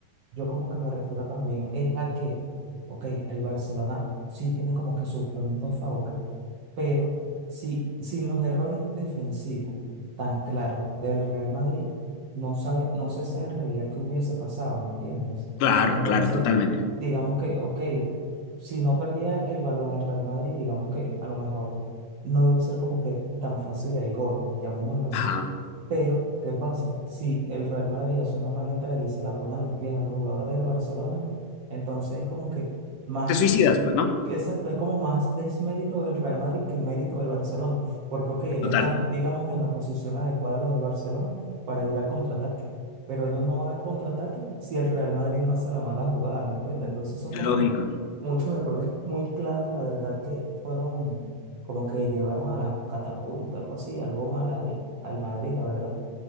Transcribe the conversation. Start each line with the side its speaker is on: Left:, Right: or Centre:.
Right: yo como que me refiero también es a que, ok, el Barcelona sí tiene como que su punto a favor, pero si sin los errores defensivos tan claros del Real Madrid, no sabe, no se sabe en realidad qué hubiese pasado, ¿me entiendes?
Left: Claro,
Right: Entonces,
Left: claro, totalmente.
Right: digamos que, ok, si no perdía el balón el Real Madrid, digamos que a lo mejor no iba a ser como que tan fácil el gol, llamémoslo así.
Left: Ajá.
Right: Pero, ¿qué pasa? Si el Real Madrid hace una mala entrada y se la pone a los pies a los jugadores del Barcelona, entonces es como que más
Left: Te suicidas, pues, ¿no?
Right: que exacto, es como más desmérito del Real Madrid que mérito del Barcelona, porque ok, ellos
Left: Total.
Right: están, digamos, en la posición adecuada los del Barcelona para ir al contraataque, pero ellos no van al contraataque si el Real Madrid no hace la mala jugada, ¿me entiendes? Entonces son
Left: Lógico.
Right: como que muchos errores muy claves, la verdad que fueron como que llevaron a la catapulta, algo así, algo mal al, al Madrid, la verdad.